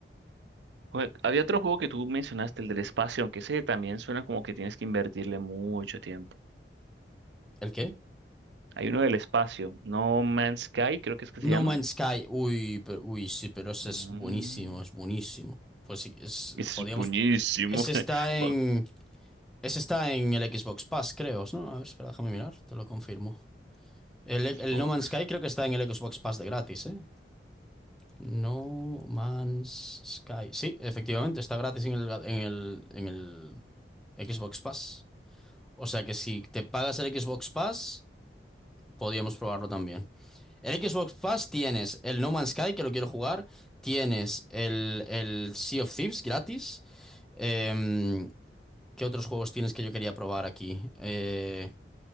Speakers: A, on the right; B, in the centre.
A: Jue- Había otro juego que tú mencionaste, el del espacio, aunque ese también suena como que tienes que invertirle mucho tiempo.
B: ¿El qué?
A: Hay uno del espacio, No Man's Sky, creo que es que
B: No
A: se llama.
B: Man's Sky, uy, pero- uy, sí, pero ese
A: Ah,
B: es buenísimo, es buenísimo. Pues sí, es,
A: ese
B: podíamos,
A: es buenísimo.
B: ese está
A: <laughs> Oh,
B: en, ese está en el Xbox Pass, creo, ¿no? A ver, espera, déjame mirar, te lo confirmo. El,
A: Xbox.
B: el No Man's Sky creo que está en el Xbox Pass de gratis, ¿eh? No Man's Sky. Sí, efectivamente, está gratis en el, en el, en el Xbox Pass. O sea que si te pagas el Xbox Pass, podríamos probarlo también. El Xbox Pass tienes el No Man's Sky, que lo quiero jugar. Tienes el, el Sea of Thieves gratis. Em, ¿qué otros juegos tienes que yo quería probar aquí? Eh,